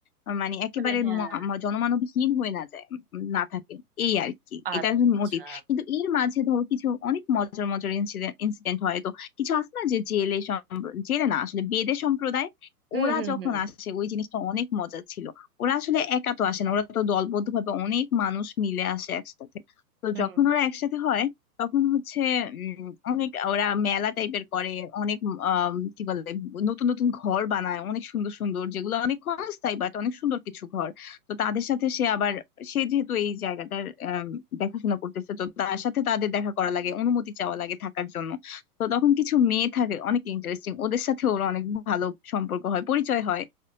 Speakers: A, on the left; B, on the right.
A: আহ, মানে একেবারে
B: মানে হ্যাঁ
A: ম- ম- জনমানবহীন হয়ে না যায় উম, না থাকে এই আর কি
B: আচ্ছা
A: এটা মোটিভ কিন্তু এর মাঝে ধরো কিছু অনেক মজার মজার ইনসিডেন্ট ইনসিডেন্ট হয় তো কিছু আছে না যে জেলে সম্প্র- জেলে না আসলে বেদে সম্প্রদায়
B: হুম
A: ওরা
B: হুম
A: যখন
B: হুম
A: আসে ওই জিনিসটা অনেক মজা ছিল ওরা আসলে একা তো আসে না ওরা তো দলবদ্ধ ভাবে অনেক মানুষ মিলে আসে একসাথে তো
B: হুম
A: যখন ওরা একসাথে হয় তখন হচ্ছে উম, অনেক ওরা মেলা টাইপের করে অনেক আম, কি বলে নতুন নতুন ঘর বানায় অনেক সুন্দর সুন্দর যেগুলো অনেক ক্ষণস্থায়ী বাট অনেক সুন্দর কিছু ঘর তো তাদের সাথে সে আবার সে যেহেতু এই জায়গাটার আম, দেখাশোনা করতেছে তো তার সাথে তাদের দেখা করা লাগে অনুমতি চাওয়া লাগে থাকার জন্য তো তখন কিছু মেয়ে থাকে অনেক ইন্টারেস্টিং ওদের সাথে ওর অনেক ভালো সম্পর্ক হয় পরিচয় হয়